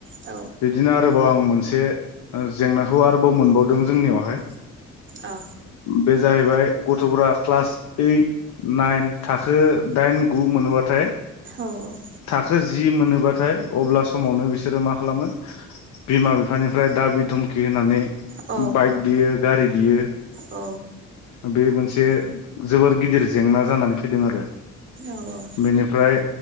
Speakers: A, on the right (about 40°); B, on the left (about 70°).
A: औ
B: बिदिनोआरोबाव आं मोनसे एसे ओ जेंनाखौ आरोबाव मोनबावदों जोंनियावहाय।
A: औ।
B: बे जाहैबाय गथ'फोरा क्लास ओइट, नाइन थाखो दाइन, गु मोनोबाथाय
A: औ औ।
B: थाखो जि मोनोब्लाथाय अब्ला समावनो बिसोरो मा खालामो बिमा बिफानिफ्राय दाबिधुमखि होनानै
A: औ
B: बाइक बियो गारि बियो।
A: औ
B: बे बे मोनसे जोबोर गिदिर जेंना जानानै फैदों आरो।
A: औ औ औ
B: बेनिफ्राय